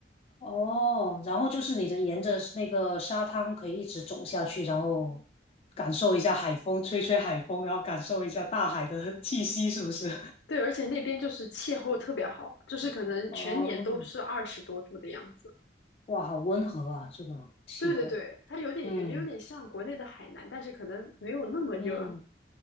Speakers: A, on the left (about 35°); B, on the left (about 80°).
A: 哦，然后就是你的沿着那个沙滩可以一直走下去，然后感受一下海风，吹吹海风，然后感受一下大海的 <laughs> 气息，是不是？
B: 对，而且那边就是气候特别好，就是可能全年都是二十多度的样子。
A: <laughs> 哦，哇，好温和啊，这个气候。
B: 对对对，它有点感觉有点像国内的海南，
A: 嗯
B: 但是可能没有那么热。
A: 嗯，